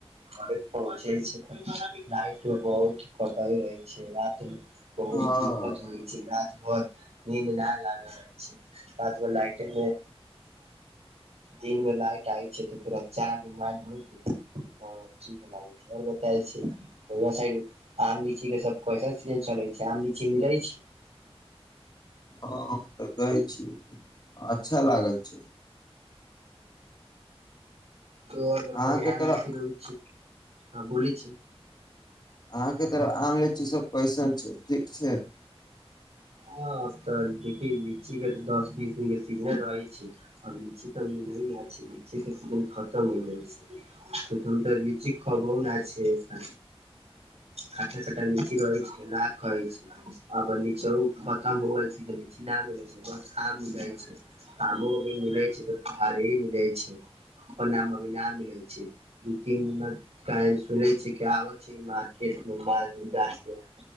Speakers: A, on the right (about 85°); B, on the left (about 40°).
A: घरे पहुँचे छै तऽ, लाइट भ बहुत कटाइ रहै छै, रात मे। बहुत
B: हँ
A: दिक्कत होइ छै, रात भर। नीद डाल लागल रहै छै, रात मे लाइटे दिन मे लाइट आइ छै तऽ, चार्ज मोबाइल होइ छै, लाग छै, आओर बता छी साइड आम लीची के सब कैसन सीजन चलै छै, आम लीची मिलै छै?
B: हँ हम तऽ गए छीय अच्छा लागल छै।
A: तो आर
B: अहाँके
A: कथमे
B: तरफ
A: क रहौ छै। हँ बोल छी।
B: अहाँके तर आम लिची सब कैसन ठीक छै।
A: हब तऽ देखिय लीची के तऽ दस बीस दिनक के सीजने रहै छै, आब लीची त म न छै, लीची के सीजन खतम हो जाइ छै, त लीची खबहु न छै, खाटा खटा लीची रहै छै, न खाइ छै, आब लीच खतम होीजन छै नहि मिलैत छै बस आम मिलैत छै आमो अभी मिलैत छै, तऽ पाड़े ही मिलै छै, अपन आम अभी नहि मिलैत छै, दू तीन सुनै छै कि आबैत छै, मार्केटमे मालू गाछके आ